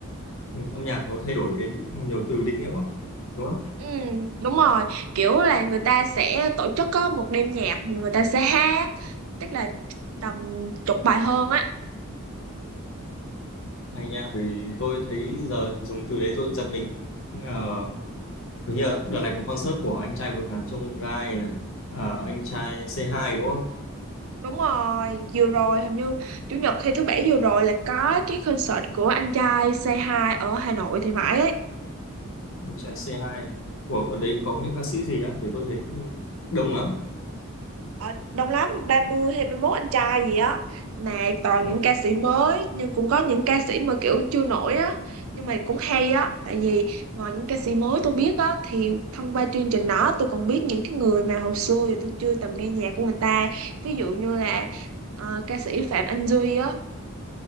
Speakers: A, on the left; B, on the right.
A: ừ, âm nhạc nó thay đổi cái định, nhiều từ định nghĩa quá, đúng không?
B: Ừ, đúng rồi, kiểu là người ta sẽ tổ chức có một đêm nhạc, mà người ta sẽ hát, tức là tầm chục bài hơn á.
A: Hay nha, bởi vì tôi thấy giờ dùng từ đấy tôi giật mình. Ờ, cứ như là đợt này có concert của anh trai vượt ngàn chông gai này, à, anh trai c hai đúng không?
B: Đúng rồi, vừa rồi hình như chủ nhật hay thứ bảy vừa rồi là có cái concert của anh trai Say Hi ở Hà Nội thì phải ấy.
A: Anh trai c hai, Ủa, ở đấy có những ca sĩ gì á? Bởi tôi thấy đông lắm.
B: Ờ, đông lắm 30 hay ba mốt anh trai gì á mà toàn
A: Ừ.
B: những ca sĩ mới nhưng cũng có những ca sĩ mà kiểu chưa nổi á nhưng mà cũng hay á tại vì ngoài những ca sĩ mới tôi biết á thì thông qua chương trình đó tôi còn biết những cái người mà hồi xưa thì tôi chưa từng nghe nhạc của người ta ví dụ như là ờ, ca sĩ Phạm Anh Duy á